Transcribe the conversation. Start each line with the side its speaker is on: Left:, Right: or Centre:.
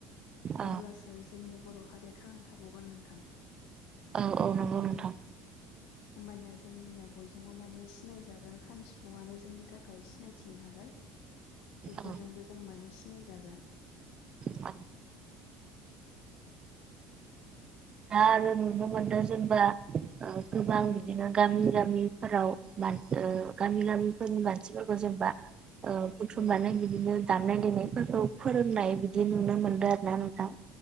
Right: औ
Left: अब्लासो जोंनि बर' हारिया थांना थाबावगोन नोंथां
Right: औ औ नंगौ नोंथां
Left: होमबानिया जोंनिया बयजोंबो माने सिनायजागोन खाम सिफुङानो जोंनि थाखाय सिनाय मिथियो नालाय बेफोरजोंबो
Right: औ
Left: जों माने सिनायजागोन
Right: दा दा आरो नुनो मोनदों जेनबा ओ गोबां
Left: औ
Right: बिदिनो
Left: औ
Right: गामि गामिफोराव मान ओ गामि गामिफोरनि मानसिफोरखौ जेनेबा ओ बुथुमनानै
Left: औ
Right: बिदिनो दामनाय देनायफोरखौ फोरोंनाय बिदि नुनो मोन्दों आरो ना नोंथां